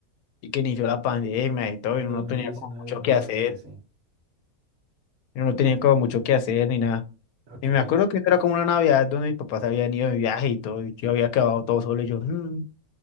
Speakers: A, on the left; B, on the right.
A: y que inició la pandemia y todo
B: En
A: y uno
B: 2019,
A: no tenía como mucho
B: 2020,
A: que hacer,
B: sí.
A: y uno no tenía como mucho que hacer ni nada.
B: Ok.
A: Y me acuerdo que era como una Navidad donde mis papás habían ido de viaje y todo y yo había quedado todo solo y yo, "Mm,